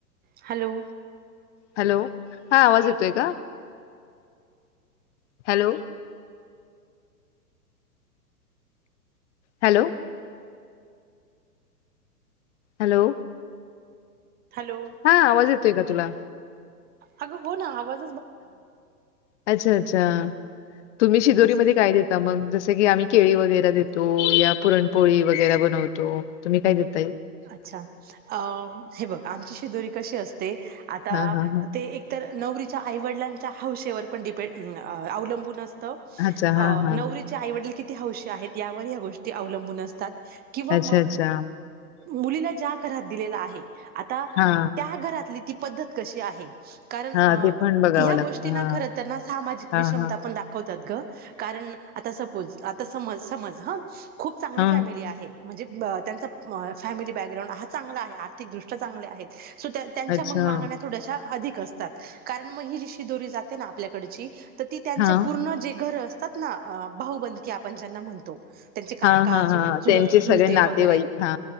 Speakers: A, on the right; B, on the left.
A: हॅलो
B: हॅलो हा आवाज येतोय का हॅलो हॅलो हॅलो
A: हॅलो
B: हा आवाज येतोय का तुला
A: अग हो ना आवाज
B: अच्छा अच्छा तुम्ही शिदोरी
A: असं
B: म काय देता मग जस की आम्ही केळी वगैरे देतो या पुरणपोळी वगैरे बनवतो तुम्ही काय देतो
A: अच्छा अ हे बघ आमची शिजोरी कशी असते ते आता
B: हा हा हा
A: ते एकत नवरीच्या आईवडिलांच्या हौशेवर पण डिपेंड अवलंबूनच
B: अच्छा
A: अ
B: हा हा
A: नवरीच्या आईवडील किती हौशी आहेत यावर या्या गोष्टी अवलंबूनात किंवा
B: अच्छा
A: मग
B: अच्छा
A: मुलीला ज्या घरात दिलेला आहे आता
B: हा
A: त्या घरातली ती पद्धत कशी आहे कारण
B: हा
A: अ
B: ते पण बघावं
A: ह्या
B: लागतं
A: गोष्टीना
B: हा
A: खरं तरना सामाजिक
B: हा
A: विषमता
B: हा
A: आपण दाखवतात कारण आता सपोज आता समज समज ह खूप चांगली
B: हा
A: फॅमिली आहे म्हणजे त्यांचा फॅमिली बॅकग्राउंड हा चांगला आहे आर्थिकदृष्ट्या चांगल्या आहेत सो त्या त्यांच्या
B: अच्छा
A: मग मागण्या थोड्याश्या अधिक असतात कारण मग ही जीशी दोरी जाते ना आपल्याकडची तर ती त्यांच्या
B: हा
A: पूर्ण जे घरं असतात ना भाऊबंदी आपण ज्यांना म्हणतो त्यांचे काका
B: हा हा हा
A: चुल चुलत
B: त्यांचे सगळे
A: चुलते
B: नातेवाईक
A: वगैरे
B: हा